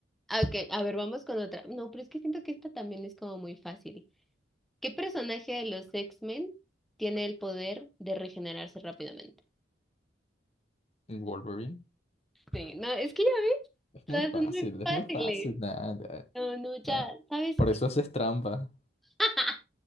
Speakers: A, in the centre; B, on the left.
A: Okay, a ver, vamos con otra. No, pero es que siento que esta también es como muy fácil. ¿Qué personaje de los X-Men tiene el poder de regenerarse rápidamente?
B: Wolverine.
A: Sí, no, es que ya ves,
B: Es
A: todas
B: muy fácil,
A: son muy fáciles.
B: es muy fácil. nah, nah,
A: No, no, ya,
B: nah.
A: ¿sabes
B: Por
A: qué?
B: eso haces trampa.
A: <laughs> ¡Ja!